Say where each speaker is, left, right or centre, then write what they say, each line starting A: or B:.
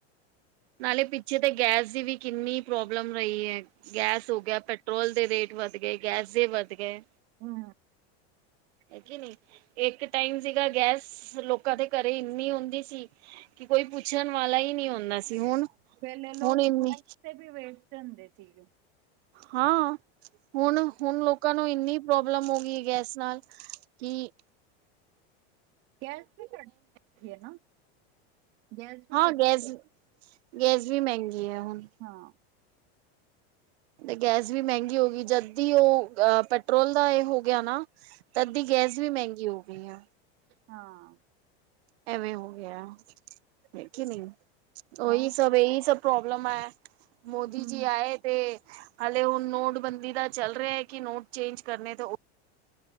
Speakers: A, on the right (about 80°); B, on the right (about 55°).
A: ਨਾਲੇ ਪਿੱਛੇ ਤਾਂ, ਗੈਸ ਦੀ ਵੀ ਕਿੰਨੀ ਪ੍ਰੋਬਲਮ ਰਹੀ ਹੈ ਗੈਸ ਹੋ ਗਿਆ ਪੈਟਰੋਲ ਦੇ ਰੇਟ, ਵੱਧ ਗਏ ਗੈਸੇ ਵੱਧ ਗਏ।
B: ਹੂੰ,
A: ਹੈਗੀ ਨੀ ਇੱਕ ਟਾਈਮ ਸੀਗਾ ਗੈਸ, ਲੋਕਾਂ ਦੇ ਘਰੇ ਇੰਨੀ ਹੁੰਦੀ ਸੀ ਕਿ ਕੋਈ ਪੁੱਛਣ ਵਾਲਾ ਹੀ, ਨ ਆਦਾ ਸੀ ਹੁਣ
B: ਪਹਿਲੇ ਲੋਕ
A: ਹੁਣ ਇਨੀ,
B: ਪਲਸ ਤੇ ਵੀ ਵੇਚਦੇ ਹੁੰਦੇ ਸੀਗੇ
A: ਹਾਂ ਹੁਣ-ਹੁਣ ਲੋਕਾਂ ਨੂੰ ਇੰਨੀ ਪ੍ਰੋਬਲਮ ਹੋ ਗਈ ਗੈਸ ਨਾਲ, ਤੇ,
B: ਗੈਸ ਵੀ ਘੱਟ ਰੱਖੀ ਐ ਨਾ, ਗੈਸ ਵੀ
A: ਹਾਂ
B: ਘੱਟ,
A: ਗੈਸ ਗੈਸ ਵੀ ਮਹਿੰਗੀ ਹੈ ਹੁਣ,
B: ਹਾਂ
A: ਤੇ ਗੈਸ ਵੀ ਮਹਿੰਗੀ ਹੋ ਗਈ ਜਦ ਕਿ ਉਹ ਅ ਪੈਟਰੋਲ ਦਾ ਇਹ ਹੋ ਗਿਆ ਨਾ, ਅੱਧੀ ਗੈਸ ਵੀ ਮਹਿੰਗੀ ਹੋ ਗਈ ਆ।
B: ਹਾਂ,
A: ਐਵੇਂ ਹੋ ਗਿਆ ਹੈ ਕਿ ਨਹੀਂ ਉਹੀ
B: ਹੋਰ
A: ਸਭ ਇਹੀ ਸਭ, ਪ੍ਰੋਬਲਮ ਹੈ ਮੋਦੀ
B: ਹਮ
A: ਜੀ ਆਏ ਤੇ, ਹਾਲੇ ਹੁਣ ਨੋਟਬੰਦੀ ਦਾ ਚੱਲ ਰਿਹਾ ਹੈ ਕਿ ਨੋਟ ਚੇਂਜ ਕਰਨੇ ਤੋਂ,